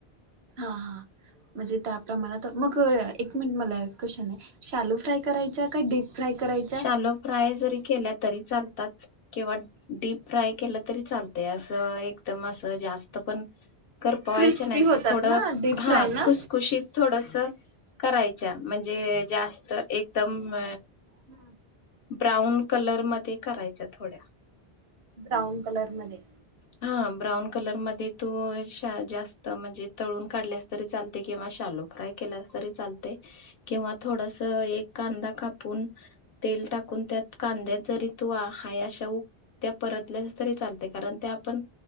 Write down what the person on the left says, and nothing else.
शालोप्राय जरी केल्या तरी चालतात किंवा डीप फ्राय केलं तरी चालतंय, असं एकदम असं जास्त पण, करपवायच्या
नाहीत,
थोडं
हा
खुसखुशीत थोडस करायच्या, म्हणजे जास्त एकदम
ब्राऊन कलर मध्ये करायच्या थोड्या.
हा ब्राऊन कलर मध्ये तू जास्त, म्हणजे तळून काढल्यास तरी चाल तय किंवा शालो फ्राय केल्या तरी चालतय. किंवा थोडस एक कांदा कापून, तेल टाकून त्यात, कांद्यात जरी तू हाय अशा ऊ त्या परतल्या तरी चालतय, कारण त्या आपण